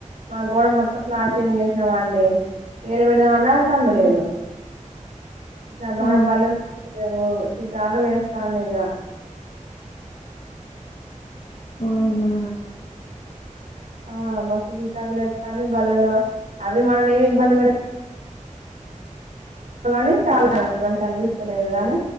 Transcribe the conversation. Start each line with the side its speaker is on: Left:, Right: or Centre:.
Right: మా గోడ మొత్తం ప్లాస్టింగ్ చేసినామండి ఏడ పెడదామన్నా సందు
Left: ఆ
Right: లేదు ఇ చద
Left: ఆ
Right: బల్లు <unintelligible> చికాగు లేస్తాంది ఇగ
Left: అవునా
Right: ఆ మస్తు చికాకు లేత్తాంది బల్లులో అవి మనల్ని ఏమి ఇబ్బంది పెడ నీ చాలా మంచిగా అనిపిస్తలేదు గానీ